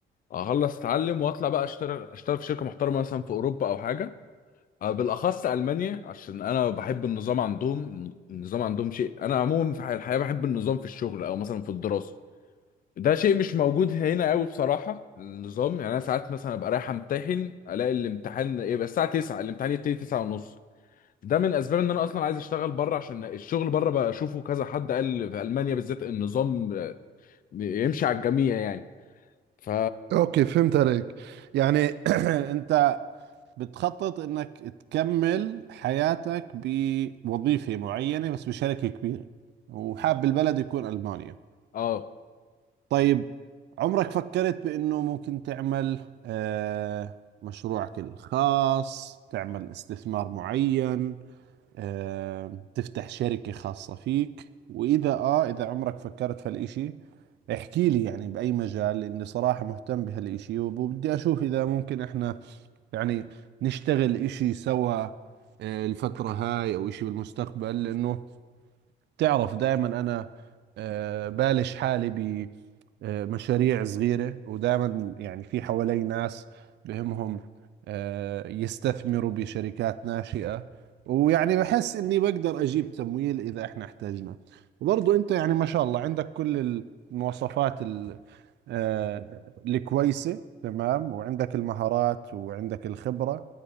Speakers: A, on the left (about 45°); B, on the right (about 60°).
A: اخلص اتعلم واطلع بقى اشتغل اشتغل في شركه محترمه مثلا في اوروبا او حاجه آه، بالاخص المانيا عشان انا بحب النظام عندهم النظام عندهم شيء انا عموما في الحياه بحب النظام في الشغل او مثلا في الدراسه ده شيء مش موجود هنا قوي بصراحه النظام يعني انا ساعات مثلا ابقى رايح امتحن الاقي الامتحان يبقى الساعه 9 الامتحان يبتدي 9 ونص ده من اسباب ان انا اصلا عايز اشتغل بره عشان الشغل بره بقى اشوفه كذا حد قال في المانيا بالذات النظام يمشي على الجميع يعني ف
B: اوكي فهمت عليك يعني <clears throat> أنت بتخطط إنك تكمل حياتك بوظيفة معينة بس بشركة كبيرة وحاب البلد يكون ألمانيا
A: اه
B: طيب عمرك فكرت بأنه ممكن تعمل آه، مشروعك الخاص تعمل استثمار معين آه، تفتح شركة خاصة فيك وإذا آه إذا عمرك فكرت في هالإشي احكي لي يعني بأي مجال لأني صراحة مهتم بهالإشي وبدي أشوف إذا ممكن إحنا يعني نشتغل إشي سوا آه، الفترة هاي أو إشي بالمستقبل لأنه تعرف دائما انا آه، بالش حالي بمشاريع صغيرة ودائما يعني في حوالي ناس بهمهم آه، يستثمروا بشركات ناشئة ويعني بحس اني بقدر اجيب تمويل اذا احنا احتاجنا وبرضو انت يعني ما شاء الله عندك كل المواصفات ال- آه، الكويسة تمام وعندك المهارات وعندك الخبرة